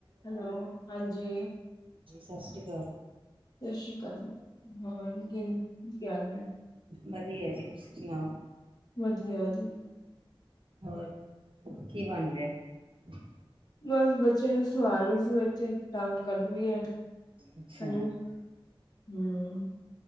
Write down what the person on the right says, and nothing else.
ਸਸ ਰੀ ਅਕਾਲ।
ਵਧੀਆ ਜੀ, ਤੁਸੀ ਸਣਾਓ?
ਹੋਰ ਕੀ ਬਣ ਰਿਹਾ?
ਅੱਛਾ।